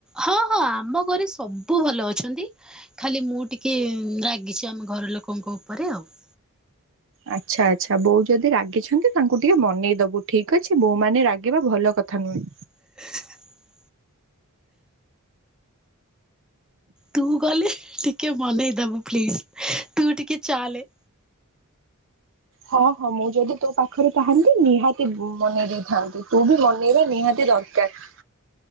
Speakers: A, in the centre; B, on the right.
A: ହଁ ହଁ ଆମ ଘରେ ସବୁ ଭଲ ଅଛନ୍ତି। ଖାଲି ମୁଁ ଟିକେ ରାଗିଛି ଆମ ଘର ଲୋକଙ୍କ ଉପରେ ଆଉ। <inaudible>
B: ଆଚ୍ଛା ଆଛା ବୋଉ ଯଦି ରାଗିଛନ୍ତି ତାଙ୍କୁ ଟିକେ ମନେଇ ଦବୁ ଠିକ ଅଛି। ବୋଉ ମାନେ ରାଗିବା ଭଲ କଥା କଥା ନୁହଁ।
A: <unintelligible> ତୁ ଗଲେ ଟିକେ ମନେଇଦବୁ ପ୍ଲିଜ ତୁ ଟିକେ ଚାଲେ।
B: ହଁ ହଁ, ମୁଁ ଯଦି ତୋ ପାଖରେ ଥାନ୍ତି ନିହାତି ମନେଇ ଦେଇଥାନ୍ତି। ତୁ ବି ମନେଇବା ନିହାତି ଦରକାର।